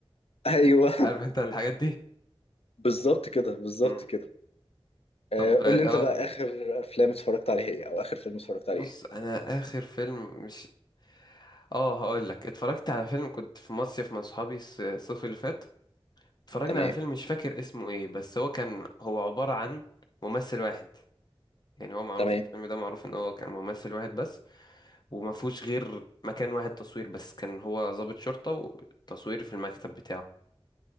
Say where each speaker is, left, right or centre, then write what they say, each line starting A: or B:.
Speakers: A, on the left; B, on the left.
A: ايوه
B: عارف انت الحاجات دي
A: بالظبط كده بالظبط
B: مم.
A: كده آه،
B: طب
A: قول لي انت
B: اه
A: بقى اخر افلام اتفرجت عليها ايه او اخر فيلم اتفرجت
B: بص
A: عليه ايه
B: انا اخر فيلم مش اه هقول لك اتفرجت على فيلم كنت في مصيف مع صحابي الص- الصيف اللي فات اتفرجنا
A: تمام
B: على فيلم مش فاكر اسمه ايه بس هو كان هو عبارة عن ممثل واحد يعني هو معروف
A: تمام
B: الفيلم ده معروف ان هو كان ممثل واحد بس وما فيهوش غير مكان واحد تصوير بس كان هو ضابط شرطة والتصوير في المكتب بتاعه